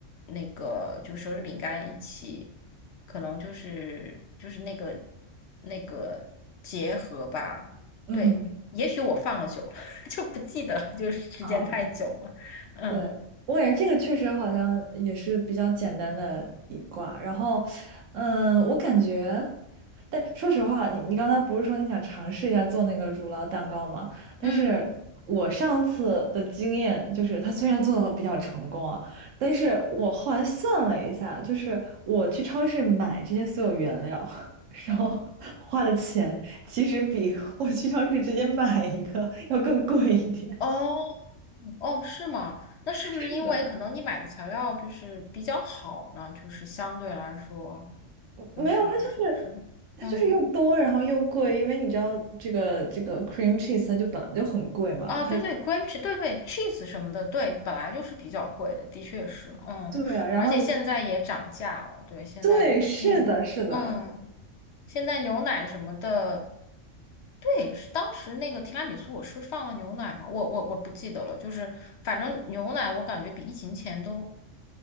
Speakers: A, on the left (about 65°); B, on the right (about 75°).
A: 那个就手指饼干一起，可能就是就是那个那个结合吧。
B: 嗯，
A: 对，也许我放了久了，<laughs> 就不记得了，就是时间太久了。
B: 啊？
A: 嗯。
B: 对，我感觉这个确实好像也是比较简单的一卦。然后，嗯，我感觉，但说实话，你你刚才不是说你想尝试一下做那个乳酪蛋糕吗？但是我上次的经验就是，
A: 嗯，
B: 它虽然做的比较成功啊，但是我后来算了一下，就是我去超市买这些所有原料，<laughs> 然后花的钱其实比我去超市直接买一个要更贵一点。<laughs>
A: 哦。哦，是吗？那是不是因为可能你买的材料就是比较好呢？
B: 是的，
A: 就是相对来说，就是是不是？
B: 没有，它就是它就是又多，
A: 嗯，
B: 然后又贵，因为你知道这个这个 cream cheese 它就本来就很贵嘛，
A: 啊，对对，cream
B: 它
A: cheese，对对，cheese 什么的，对，本来就是比较贵的，的确是，嗯，
B: 对啊，然后它
A: 而且现在也涨价了，对，现在进，
B: 对，是的，是的，
A: 嗯，现在牛奶什么的，对，是当时那个提拉米苏，我是放了牛奶吗？我我我不记得了，就是反正牛奶我感觉比疫情前都。